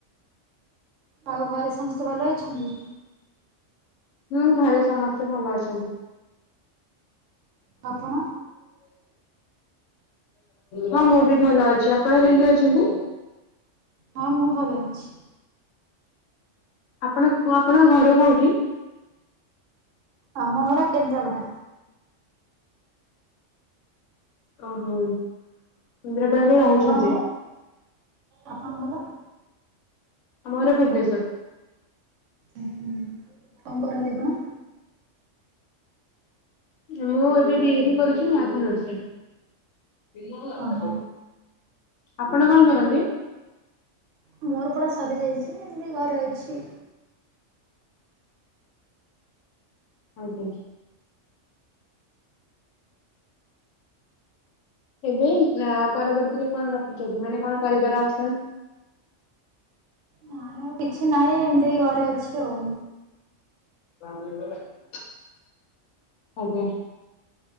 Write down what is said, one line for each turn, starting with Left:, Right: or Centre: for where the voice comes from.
Right: ଆଉ ଘରେ ସମସ୍ତେ ଭଲ ଅଛନ୍ତି?
Left: ହୁଁ ଘରେ ସମସ୍ତେ ଭଲ ଅଛନ୍ତି।
Right: ଆପଣ?
Left: ହଁ ମୁଁ ବି ଭଲ ଅଛି ଆପଣ କେମିତି ଅଛନ୍ତି?
Right: ହଁ ମୁଁ ଭଲ ଅଛି।
Left: ଆପଣ କ ଆପଣଙ୍କ ଘର କୋଉଠି?
Right: ଆମ ଘର କେନ୍ଦ୍ରାପଡା।
Left: ଓହୋ କେନ୍ଦ୍ରାପଡାରେ ରହୁଛନ୍ତି?
Right: ଆପଣଙ୍କ ଘର? ଆପଣଙ୍କ ଘର?
Left: ଆମର ଭୁବନେଶ୍ୱର।
Right: ହୁଁ କଣ କରନ୍ତି ଆପଣ?
Left: ମୁଁ ଏବେ ବି ଏସି କରୁଛି ମ୍ୟାଥ ଅନର୍ସରେ।
Right: ଓହୋ।
Left: ଆପଣ କଣ କରନ୍ତି?
Right: ମୋର ପରା ସରି ଯାଇଛି ଏମିତି ଘରେ ଅଛି।
Left: ଆଜ୍ଞା। ଏବେ ନା ପରବର୍ତ୍ତୀରେ କଣ ରଖିଛନ୍ତି ମାନେ କଣ କରିବାର ଅପସନ୍?
Right: ନାଇଁ ଆଉ କିଛି ନାହିଁ ଏମତି ଘରେ ଅଛି ଆଉ।
Left: ଆଜ୍ଞା।